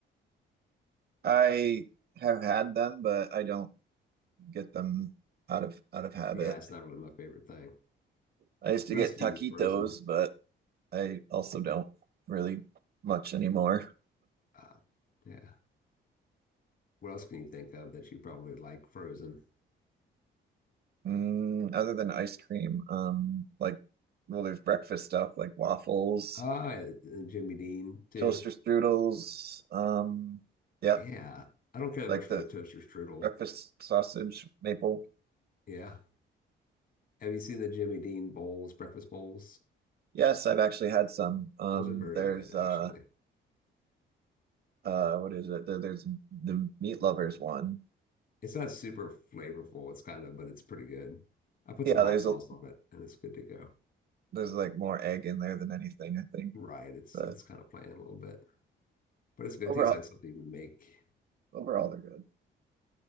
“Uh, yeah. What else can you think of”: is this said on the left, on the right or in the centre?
Left